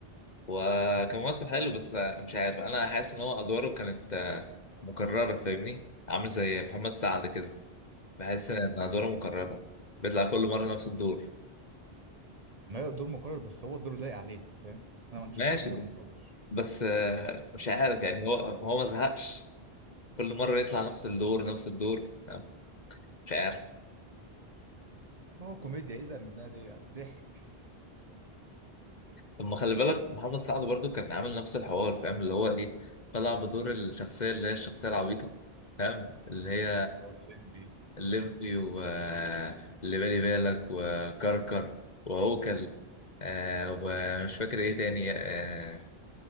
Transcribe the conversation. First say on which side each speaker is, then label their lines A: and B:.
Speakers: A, on the left; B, on the right.
A: هو كان ممثل حلو بس آه، مش عارف أنا حاسس إن هو أدواره كانت آه، مكررة فاهمني؟ عامل زي محمد سعد كده بحس إن أدواره مكررة بيطلع كل مرة نفس الدور
B: ما هو دور مكرر بس هو الدور لايق عليه فاهم انا ما عنديش
A: ماشي
B: مشكله دوري يبقى مكرر
A: بس آه، مش عارف يعني هو هو ما زهقش كل مرة يطلع نفس الدور نفس الدور يعني مش عارف
B: ما هو كوميديا يزهق منها ليه ضحك
A: طب ما خلي بالك محمد سعد برضو كان عامل نفس الحوار فاهم اللي هو ايه طلع بدور الشخصية اللي هي الشخصية العبيطة فاهم اللي هي
B: <laughs> هو الليمبي
A: الليمبي
B: آه.
A: واللي بالي بالك وكركر وعوكل آه ومش فاكر ايه تاني آه